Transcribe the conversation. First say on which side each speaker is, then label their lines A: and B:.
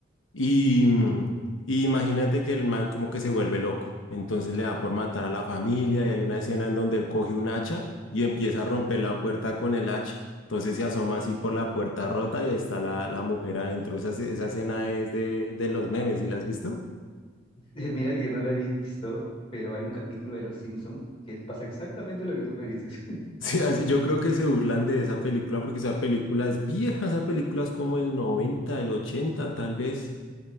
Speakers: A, on the left; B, on the left.
A: Y, mm, y imagínate que el man como que se vuelve loco, entonces le da por matar a la familia y hay una escena en donde él coge un hacha y empieza a romper la puerta con el hacha. Entonces se asoma así por la puerta rota y ahí está la, la mujer adentro. Esa, esa escena es de, de los memes, ¿y la has visto?
B: <laughs> Mira que no lo he visto, pero hay un capítulo de Los Simpson que pasa exactamente lo que tú me dices.
A: Sí, así- yo creo que se burlan de esa película porque esa película es vieja, esa película es como el 90 el 80 tal vez.